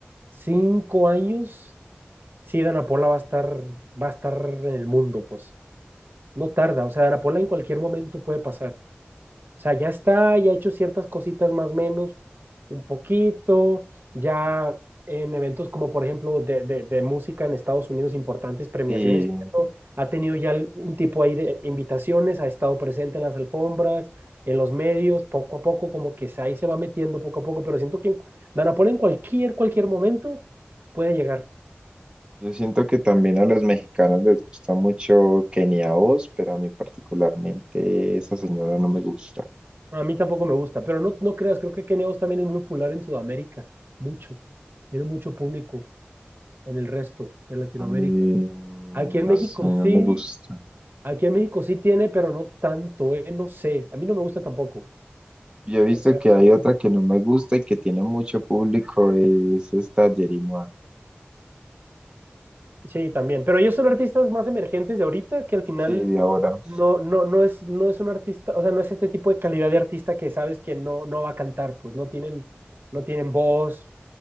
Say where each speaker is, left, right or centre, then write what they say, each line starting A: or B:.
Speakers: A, on the right; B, on the right.
A: cinco años, sí, Dana Paola va a estar, va a estar en el mundo, pues. No tarda, o sea, Dana Paola en cualquier momento puede pasar. O sea, ya está, ya ha hecho ciertas cositas más o menos, un poquito, ya en eventos como por ejemplo de, de- de música en Estados Unidos, importantes premiaciones,
B: sí,
A: ¿cierto? ha tenido ya al- un tipo ahí de invitaciones, ha estado presente en las alfombras, en los medios, poco a poco, como que se- ahí se va metiendo poco a poco, pero siento que en- Dana Paola en cualquier, cualquier momento puede llegar.
B: yo siento que también a los mexicanos les gusta mucho Kenia Oz, pero a mí particularmente esa señora no me gusta.
A: A mí tampoco me gusta, pero no, no creas, creo que Kenia Os también es muy popular en Sudamérica, mucho, tiene mucho público. en el resto de Latinoamérica.
B: A mí,
A: Aquí en
B: no
A: México
B: sé, no
A: sí,
B: me gusta.
A: aquí en México sí tiene, pero no tanto, eh, no sé. A mí no me gusta tampoco.
B: Yo he visto
A: O sea,
B: que hay
A: no-
B: otra que no me gusta y que tiene mucho público, es esta Jerimoa.
A: sí, también. Pero ellos son artistas más emergentes de ahorita, que al final
B: Sí, de ahora.
A: no, no, no es, no es un artista, o sea, no es este tipo de calidad de artista que sabes que no, no va a cantar, pues no tienen, no tienen voz,